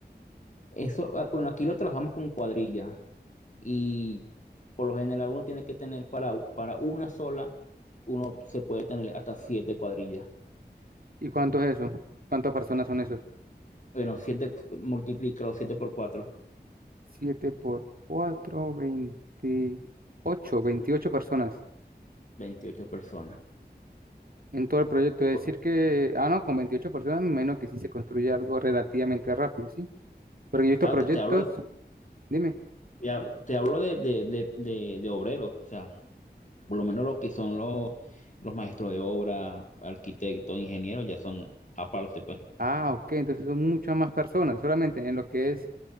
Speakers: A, on the left; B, on the right.
A: Eso, ah, bueno, aquí lo trabajamos con cuadrillas. y por lo general uno tiene que tener para, para una sola, uno se puede tener hasta siete cuadrillas.
B: ¿Y cuánto es eso? ¿Cuántas personas son esos?
A: Bueno, siete, multiplícalo, siete por cuatro,
B: Siete por cuatro, veintiocho, veintiocho personas
A: veintiocho personas.
B: en todo el proyecto. Es
A: Cu-
B: decir que, ah, no, con veintiocho personas, me imagino que sí se construye algo relativamente rápido, ¿sí? Porque yo he visto
A: Claro,
B: proyectos,
A: te, te hablo,
B: dime.
A: te, ha- te hablo de, de, de, de- de obreros, o sea, por lo menos lo que son los, los maestros de obra, arquitectos, ingenieros, ya son aparte, pues.
B: Ah, ok, entonces son muchas más personas, solamente en lo que es